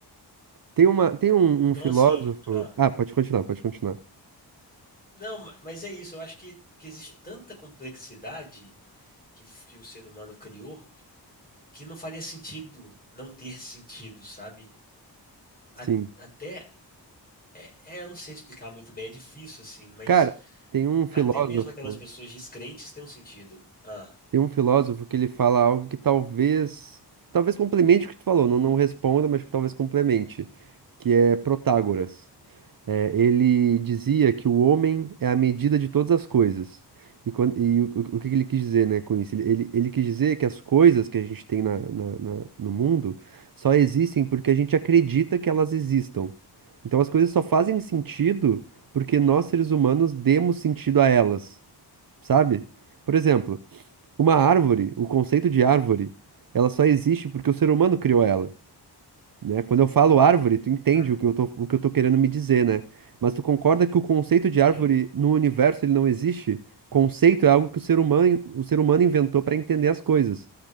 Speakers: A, on the right; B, on the left.
A: Tem uma, tem um,
B: Então,
A: um filósofo.
B: assim, ah,
A: Ah, pode continuar, pode continuar.
B: não, ma- mas é isso. Eu acho que, que existe tanta complexidade que, f- que o ser humano criou que não faria sentido não ter sentido, sabe? A-
A: Sim.
B: até, é, é, eu não sei explicar muito bem, é difícil, assim, mas
A: Cara, tem um filósofo,
B: até mesmo aquelas pessoas descrentes têm um sentido. Ah,
A: tem um filósofo que ele fala algo que talvez, talvez complemente o que tu falou, não, não responda, mas que talvez complemente, que é Protágoras. É, ele dizia que o homem é a medida de todas as coisas. E, quan- e o, o- o que que ele quis dizer, né, com isso? Ele, ele, ele quis dizer que as coisas que a gente tem na, na- na- no mundo só existem porque a gente acredita que elas existam. Então as coisas só fazem sentido porque nós, seres humanos, demos sentido a elas, sabe? Por exemplo, uma árvore, o conceito de árvore, ela só existe porque o ser humano criou ela né? Quando eu falo árvore, tu entende
B: hum,
A: o que eu tô, o que eu tô querendo me dizer, né? Mas tu concorda que o conceito de árvore
B: sim,
A: no universo ele não existe? Conceito é algo que o ser humano, o ser humano inventou para entender as coisas.